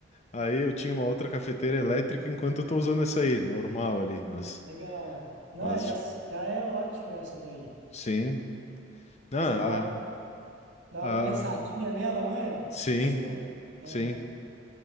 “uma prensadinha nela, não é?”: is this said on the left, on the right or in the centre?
Right